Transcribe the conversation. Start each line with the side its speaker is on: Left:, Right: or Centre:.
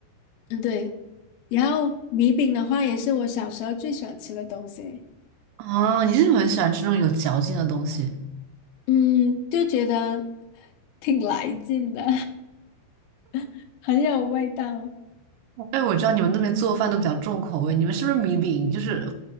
Left: 嗯，对。然后米饼的话，也是我小时候最喜欢吃的东西。
Right: 哦，你是不是很喜欢吃那种有嚼劲的东西？
Left: 嗯，就觉得挺来劲的，<laughs> 很有味道。
Right: 哎，我知道你们那边做饭都比较重口味，你们是不是米饼就是